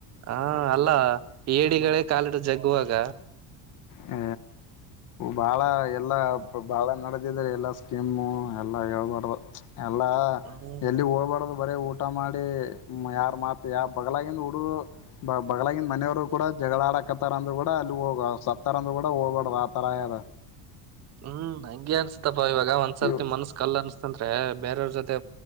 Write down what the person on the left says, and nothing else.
ಹ ಬಾಳ ಎಲ್ಲ ಬಾಳ ನಡೆದಿದ್ರ ಎಲ್ಲಾ ಸ್ಕೀಮು ಎಲ್ಲ ಹೇಳ್ಬಾರಡ್ರ ಅಲ್ಲ
ಎಲ್ಲಿ ಹೋಗಬಾರ್ದ ಬರೇ ಊಟ ಮಾಡಿ ಯಾರ ಮಾತ್ ಯ ಬಗ್ಲಾಗಿನ ಹುಡುಗರು ಬಗ್ಲಾಗಿನ ಮನೆಯವರು ಕೂಡ ಜಗಳ ಆಡಕತ್ತಾರ ಅಂದ್ರರು ಕೂಡ ಅಲ್ಲಿ ಹೋಗ ಸತ್ತಾರಂದ ಕೂ ಹೋಗಬಡ್ದ ಆತರ ಯದ
ಇ